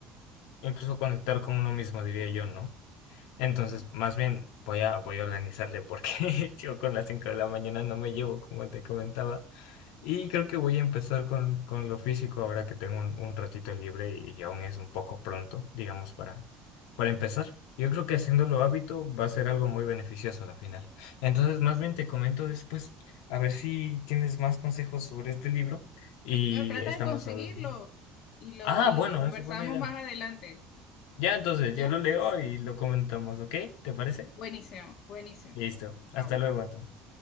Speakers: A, on the left; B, on the left.
A: incluso conectar con uno mismo, diría yo, ¿no? Entonces,
B: Ujú.
A: más bien voy a, voy a organizarle porque <laughs> yo con las 5 de la mañana no me llevo, como te comentaba. Y creo que voy a empezar con, con lo físico ahora que tengo un, un ratito libre y aún es un poco pronto, digamos, para, para empezar. Yo creo que haciéndolo hábito va a ser algo muy beneficioso a la final. Entonces, más
B: Así
A: bien te
B: es.
A: comento después, a ver si tienes más consejos sobre este libro y
B: Ya, trata
A: estamos
B: de conseguirlo
A: hablando.
B: y lo
A: Ah,
B: y
A: bueno,
B: conversamos
A: es una buena idea.
B: más adelante.
A: Ya entonces
B: ¿Ya?
A: yo lo leo y lo comentamos, ¿ok? ¿Te parece?
B: Buenísimo, buenísimo.
A: Listo.
B: Chao.
A: Hasta luego entonces.